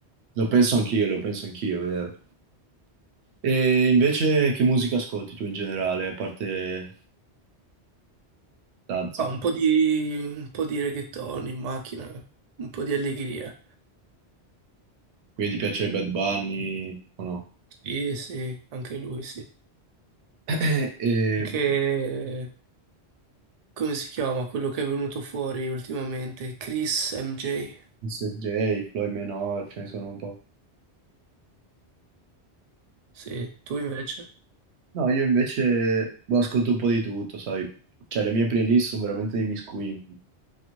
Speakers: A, on the right; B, on the right.
A: lo penso anch'io, lo penso anch'io, è vero. E invece che musica ascolti tu in generale, a parte Tazza?
B: Ah, un po' di, un po' di reggaeton in macchina, un po' di allegria.
A: Quindi ti piace Bad Bunny o no?
B: Sì, sì, anche lui, sì.
A: <coughs> <clears throat> E
B: Anche,
A: boh,
B: come si chiama, quello che è venuto fuori ultimamente, Chris MJ.
A: Mr. J, Floyd Menor, ce ne sono un po'.
B: Sì, tu invece?
A: No, io invece boh, ascolto un po' di tutto, sai. Cioè, le mie playlist sono veramente dei miscugli.